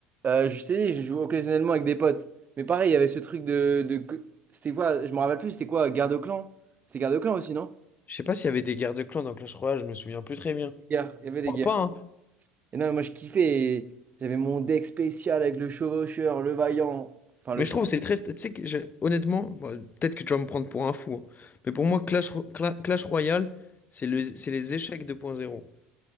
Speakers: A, on the right; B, on the left.
A: Euh, je t'ai dit, je joue occasionnellement avec des potes. Mais pareil, il y avait ce truc de, de... que- C'était quoi? Je me rappelle plus, c'était quoi? garde de clan? C'était garde de clan aussi, non?
B: Je sais pas s'il y avait des guerres de clans dans Clash Royale. Je me souviens plus très bien.
A: Guerre, il y avait des
B: crois
A: guerres.
B: pas,
A: ouais.
B: hein.
A: Et non, moi je kiffais. et J'avais mon deck spécial avec le chevaucheur, le vaillant. Enfin,
B: Mais
A: le chevaucheur,
B: je trouve que c'est très. Tu sais que j'ai- honnêtement, bon, peut-être que tu vas me prendre pour un fou, hein. mais pour moi, Clash, Ro- Cla- Clash Royale, c'est le... c'est les échecs 2.0.